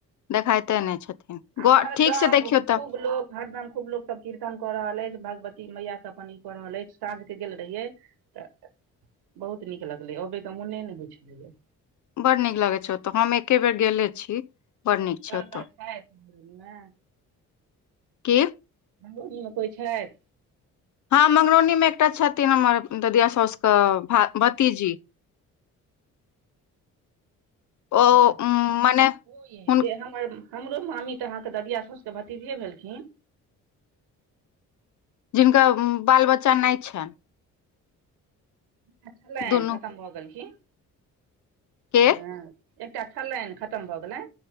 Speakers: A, on the left; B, on the right.
A: देखाइते नहि छथिन
B: हमर
A: ग ठीक
B: गाम
A: से देखियौ
B: <unintelligible>
A: तऽ
B: खूब लोक हरदम खूब लोक सभ कीर्तन कऽ रहल अछि, भगवती मैयाके अपन ई कऽ रहल अछि साँझके गेल रहिये तऽ बहुत नीक लगलै अबयके मोने नहि होइत छलैय
A: बड़ नीक लगै छै ओतऽ हम एके बेर गेले छी बड़ नीक छै
B: ओ
A: ओतऽ
B: तऽ अच्छा ह मे <unintelligible>
A: के?
B: मंगरौनीमे कोइ छथि?
A: हँ मंगरौनीमे एकटा छथिन हमर ददिया साउसके भतिजी ओ
B: च्छा
A: उम,
B: त
A: मने
B: ओ
A: हुन
B: जे हम <unintelligible> हमर हमरो मामी तऽ अहाँके ददिया साउसके भतिजिये भेलखिन?
A: जिनका बाल-बच्चा नहि छनि।
B: अच्छा छलनि,
A: दुनू
B: खतम भऽ गेलखिन
A: के
B: छै ने एकटा छलनि, खतम भऽ गेलनि